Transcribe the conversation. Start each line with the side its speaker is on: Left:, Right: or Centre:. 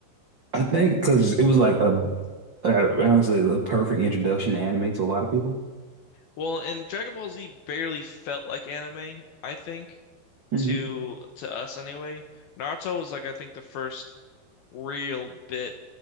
Right: I think because it was like a, uh honestly a perfect introduction to anime to a lot of people.
Left: Well, and Dragon Ball Z barely felt like anime, I think,
Right: hmm
Left: to to us anyway. Naruto was like I think the first real bit